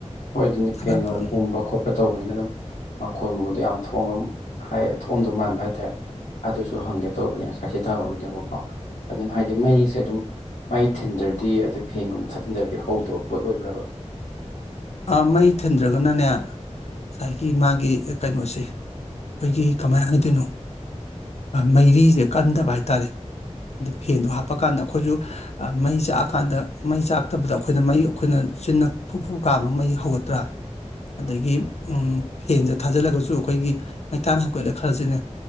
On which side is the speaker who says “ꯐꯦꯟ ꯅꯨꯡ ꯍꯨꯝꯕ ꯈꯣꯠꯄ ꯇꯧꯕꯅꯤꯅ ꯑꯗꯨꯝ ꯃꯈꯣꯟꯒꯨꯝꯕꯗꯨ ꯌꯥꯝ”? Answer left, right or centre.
Left